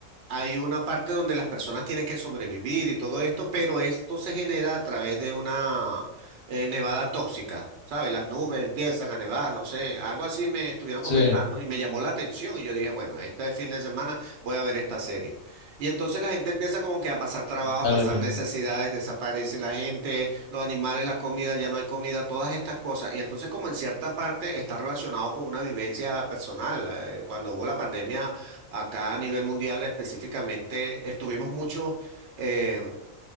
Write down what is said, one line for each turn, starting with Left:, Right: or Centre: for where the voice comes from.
Right: hay una parte donde las personas tienen que sobrevivir y todo esto, pero esto se genera a través de una eh, nevada tóxica. ¿Sabes? Las nubes empiezan a nevar, no sé, algo así me estuvieron
Left: sí,
Right: comentando y me llamó la atención y yo dije, bueno, este fin de semana voy a ver esta serie. Y entonces la gente empieza como que a pasar trabajo,
Left: vale
Right: a pasar
Left: la pena.
Right: necesidades, desaparece la gente, los animales, la comida, ya no hay comida, todas estas cosas. Y entonces como en cierta parte está relacionado con una vivencia personal. eh, Cuando hubo la pandemia acá a nivel mundial específicamente, estuvimos muchos eh,